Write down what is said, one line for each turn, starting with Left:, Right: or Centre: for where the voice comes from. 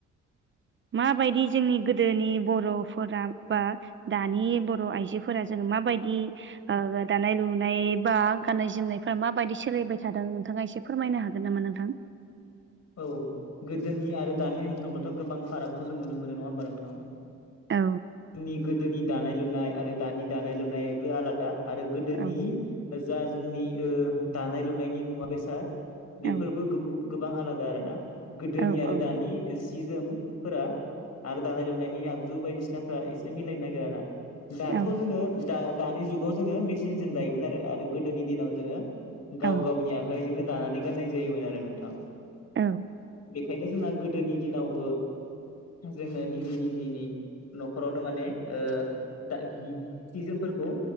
Right: माबायदि जोंनि गोदोनि बर'फोरा बा दानि बर' आइजोफोरा जोङो माबायदि दानाय लुनाय बा गाननाय जोमनायफोरा्रा माबायदि सोलिबाय थादों नोंथाङा एसे फोरमायनो हागोन नामा नोंथां?
Left: औ गोदोनि आरो दानि होननो थांब्लाथ' गोबां फारागखौ जों नुनो मोनो नङा होमबा नोंथां?
Right: औ
Left: जोंनि गोदोनि दानाय लुनाय आरो दानि दानाय लुनायाबो आलादा। आरो गोदोनि
Right: औ
Left: जा जोंनि दानाय लुनायनि मुवा बेसाद बेफोरबो
Right: औ
Left: गोबां आलादा आरोना गोदोनि
Right: औ
Left: आरो
Right: औ
Left: दानि सि जोमफोरा आरो दानाय लुनायनि आगजु बायदिसिनाफोरा एसे मिलायनो नागिर ना? दाथ'
Right: औ
Left: जोंङो द दानि जुगाव जोङो मेसििनजों दायोमोन आरो आरो गोदोनि दिनाव जोंङो गाव
Right: औ
Left: गावनि आखाइजोंनो दानानै गाननाय जायोमोन आरो नोंथां।
Right: औ
Left: बेखायनो जोंना गोदोनि दिनाव जोंङो निजि निजिनि न'खरावनो माने दा सि जोमफोरखौ